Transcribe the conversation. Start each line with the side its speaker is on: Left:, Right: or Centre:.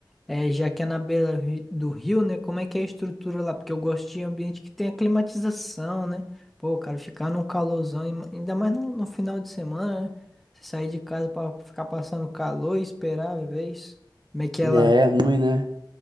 Centre: É, já que é na beira ri- do rio, né? Como é que é a estrutura lá? Porque eu gosto de ambiente que tem a climatização, né? Pô, cara, ficar num calorzão, ima- ainda mais no, no final de semana, né? Você sair de casa pra ficar passando calor e esperar, às vezes. Como é que é
Right: É,
Centre: lá?
Right: é ruim, né?